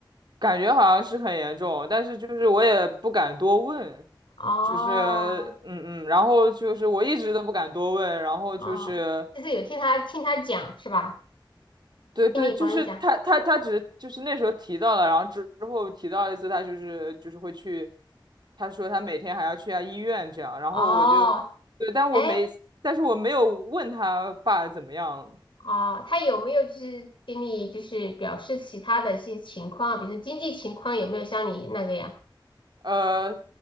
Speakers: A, on the right; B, on the left.
A: 感觉好像是很严重，但是就是我也不敢多问，
B: 哦
A: 就是嗯嗯，然后就是我一直都不敢多问，然后就是。
B: 哦，就是有听他听他讲是吧？
A: 对对，
B: 听你朋友讲，
A: 就是他他他只是就是那时候提到了，然后之之后提到一次，他就是就是会去，他说他每天还要去下医院这样，然后我就，
B: 哦，
A: 对，但我没，
B: 哎。
A: 但是我没有问他爸怎么样，
B: 哦，他有没有就是给你就是表示其他的一些情况，比如说经济情况有没有像你那个呀？
A: 呃，